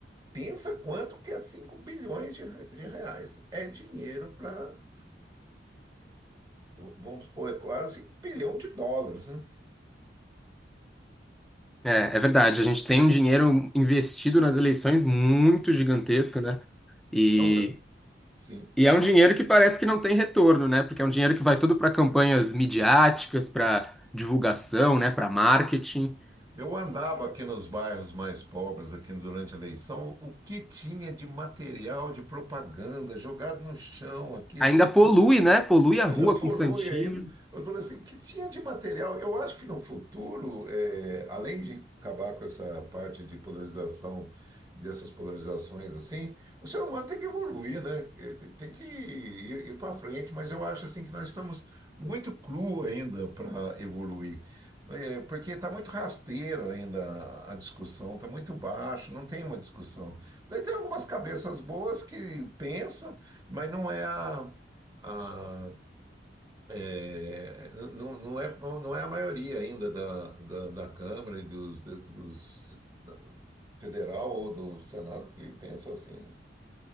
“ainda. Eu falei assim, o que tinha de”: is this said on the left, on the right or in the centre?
Right